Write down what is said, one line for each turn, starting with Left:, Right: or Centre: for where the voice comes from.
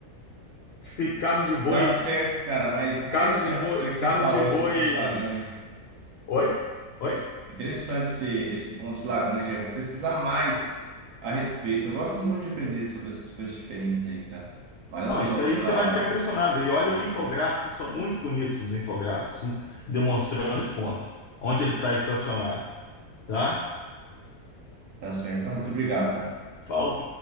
Left: Diz que carro de boi,
Right: Tá certo, cara, mas interessante
Left: carro de boi,
Right: isso aí que você
Left: carro
Right: falou
Left: de boi.
Right: desse ponto de Lagrange.
Left: Oi? Oi?
Right: Interessante esse, esse ponto de Lagrange. Eu vou pesquisar mais a respeito. Eu gosto muito de aprender sobre essas coisas diferentes aí, cara. Valeu,
Left: Não, isso
Right: Zó,
Left: aí
Right: pela,
Left: você vai ficar impressionado. E olha
Right: pela dica
Left: o infográfico,
Right: aí.
Left: são muito bonitos os infográficos, demonstrando esse ponto, onde ele está estacionado, tá?
Right: Tá certo. Então, muito obrigado, cara.
Left: Falou.